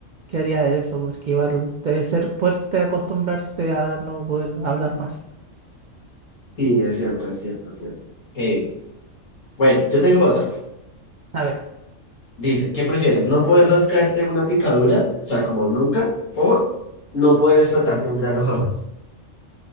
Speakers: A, on the right; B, on the left.
A: que haría eso porque igual debe ser fuerte acostumbrarse a no poder hablar más.
B: sí, es cierto, es cierto, es cierto. Hey. Bueno, yo tengo otra.
A: A ver,
B: Dice, ¿qué prefieres? ¿No poder rascarte una picadura? O sea, como nunca, o no poder explotarte un grano jamás.